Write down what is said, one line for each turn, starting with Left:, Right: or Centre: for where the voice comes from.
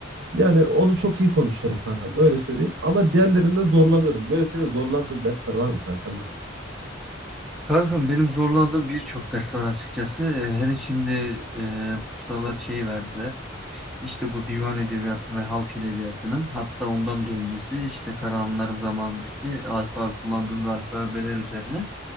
Right: Yani onu çok iyi konuşuyorum kankam. Öyle söyleyeyim. Ama diğerlerinde zorlanıyorum. Böyle seni zorlandığın dersler var mı kankam benim?
Centre: Kankam benim zorlandığım birçok ders var açıkçası. Ee, Hele şimdi e, bu sıralar şey verdiler. İşte bu divan edebiyatını ve halk edebiyatını hatta ondan da öncesi işte Karahanlıların zamanındaki alfabe kullandığımız alfabeler üzerine